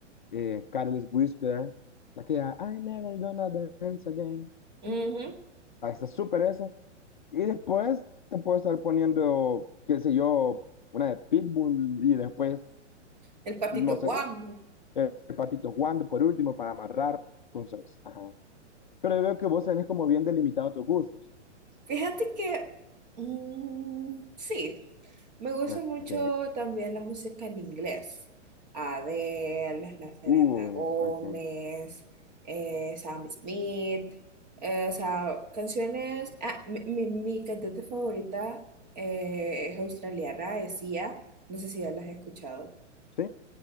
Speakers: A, on the left (about 45°); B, on the right (about 35°).
A: eh, Careless Whisper, aquella I'm never gonna dance again.
B: ujú.
A: you". Ahí está súper eso. Y después te puedo estar poniendo, qué sé yo, una de Pitbull y después,
B: El patito
A: no
B: Juan.
A: sé, el Patito Juan de por último para amarrar. Entonces, ajá. Pero veo que vos tenés como bien delimitado tus gustos.
B: Fíjate que mm, sí, me gusta
A: Ok,
B: mucho también la música en inglés. Adele, la Selena
A: uh,
B: Gómez,
A: ok.
B: eh, Sam Smith, eh, o sea, canciones. ah, mi, mi- mi cantante favorita eh, es australiana, es Sia. No sé si ya las has escuchado.
A: Sí,